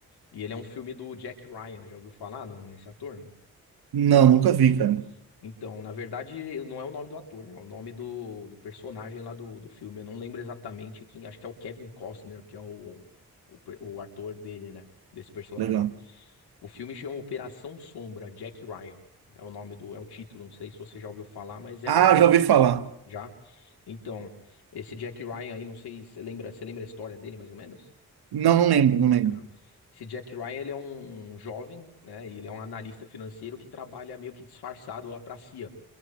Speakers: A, on the left (about 85°); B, on the right (about 80°).
A: E ele é um filme do Jack Ryan, já ouviu falar não, nesse ator? Não.
B: Não, nunca vi,
A: Não.
B: cara.
A: Então, na verdade, não é o nome do ator, né? É o nome do, do personagem lá do, do filme. Eu não lembro exatamente quem, acho que é o Kevin Costner, que é o, o, per- o ator dele, né? Desse personagem.
B: Legal.
A: O filme chama Operação Sombra, Jack Ryan. É o nome do, é o título, não sei se você já ouviu falar, mas é
B: Ah,
A: um
B: já ouvi falar.
A: Já? Então, esse Jack Ryan aí, não sei se você lembra, você lembra a história dele mais ou menos?
B: Não, não lembro, não lembro.
A: Ah, Esse Jack Ryan, ele é um jovem, né? e Ele é um analista financeiro que trabalha meio que disfarçado lá pra CIA,